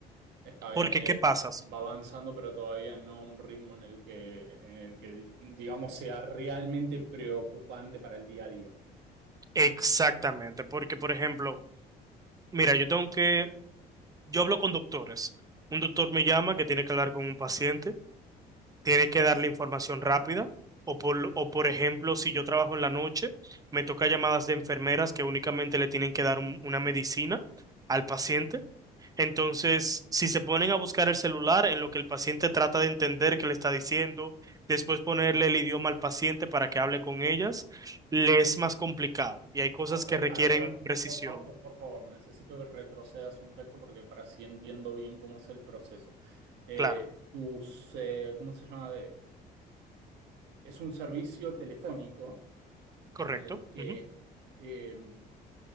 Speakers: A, on the right; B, on the right.
A: Está bien,
B: Porque,
A: eh,
B: ¿qué pasas?
A: va avanzando, pero todavía no a un ritmo en el que, en el que, digamos, sea realmente preocupante para el día a día.
B: Exactamente. Porque, por ejemplo, mira, yo tengo que, yo hablo con doctores. Un doctor me llama que tiene que hablar con un paciente. tiene que darle información rápida. O por, o por ejemplo, si yo trabajo en la noche, me toca llamadas de enfermeras que únicamente le tienen que dar un- una medicina al paciente. Entonces, si se ponen a buscar el celular en lo que el paciente trata de entender qué le está diciendo, después ponerle el idioma al paciente para que hable con ellas, le es más complicado. Y hay cosas
A: Ah,
B: que
A: eh,
B: requieren
A: para, para,
B: precisión.
A: por fa- eh, por favor, necesito que retrocedas un cacho porque para si entiendo bien cómo es el proceso. Eh,
B: Claro,
A: tus, eh, ¿cómo se llama? Eh, Es un servicio telefónico
B: correcto.
A: en el que
B: Ujú.
A: eh,